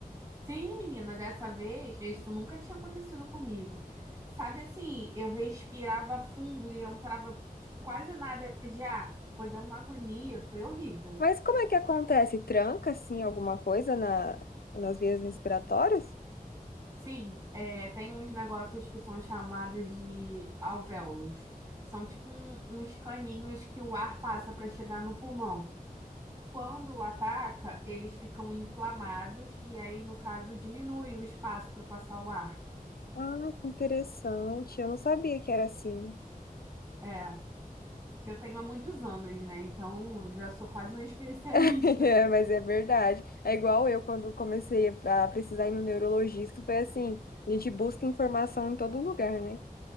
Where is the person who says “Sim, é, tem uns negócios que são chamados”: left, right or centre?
Right